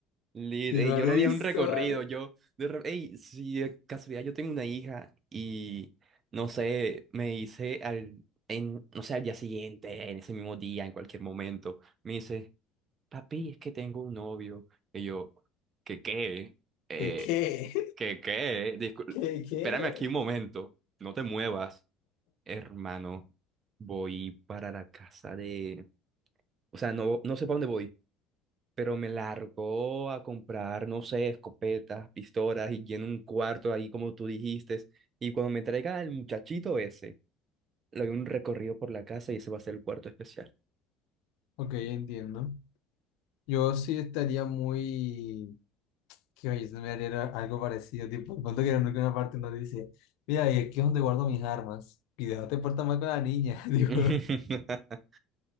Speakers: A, on the right (about 35°); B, on the left (about 75°).
A: Lit,
B: Y
A: ey,
B: el man,
A: yo le
B: uy,
A: haría un
B: son,
A: recorrido, yo, de, re- ey, si de casualidad yo tengo una hija y, no sé, me dice al, en, no sé, al día siguiente, en ese mismo día, en cualquier momento, me dice, papi, es que tengo un novio, y yo, ¿qué qué? Eh,
B: ¿qué, qué?
A: ¿qué qué? Discul-
B: <laughs> ¿Qué, qué?
A: espérame aquí un momento, no te muevas, hermano, voy para la casa de, o sea, no, no sé para dónde voy pero me largó a comprar, no sé, escopetas, pistolas y lleno un cuarto ahí como tú dijiste. Y cuando me traiga el muchachito ese, le doy un recorrido por la casa y ese va a ser el cuarto especial.
B: Ok, entiendo. Yo sí estaría muy... Que oye, se me haría algo parecido, tipo, cuando que nunca una parte nos dice, mira, y aquí es donde guardo mis armas. Cuidado, te portas mal con la niña. <laughs> Digo,
A: <laughs>